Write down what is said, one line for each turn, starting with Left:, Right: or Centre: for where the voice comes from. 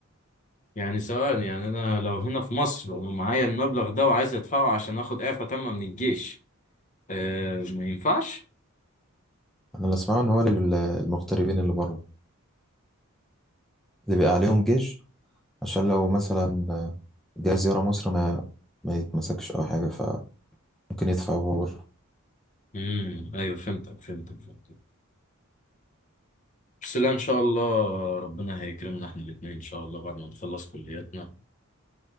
Left: يعني ثواني يعني انا لو هنا في مصر ومعايا المبلغ ده وعايز ادفعه عشان اخد اعفاء تامة من الجيش أه ما ينفعش؟
Centre: انا اللي اسمعه ان هو للمغتربين اللي بره اللي بيبقى عليهم جيش عشان لو مثلا جاي زيارة مصر ما ما يتمسكش او حاجة فممكن يدفع وهو بره
Left: امم ايوه فهمتك فهمتك فهمتك بس لا ان شاء الله ربنا هيكرمنا احنا الاثنين ان شاء الله بعد ما نخلص كلياتنا